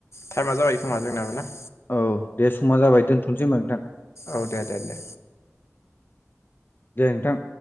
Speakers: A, on the left; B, on the left.
A: टाइमा जाबाय खोमा जोंनाबो ना?
B: औ दे समा जाबाय दोनथनसै होमबा नोंथां।
A: औ दे दे दे।
B: दे नोंथां।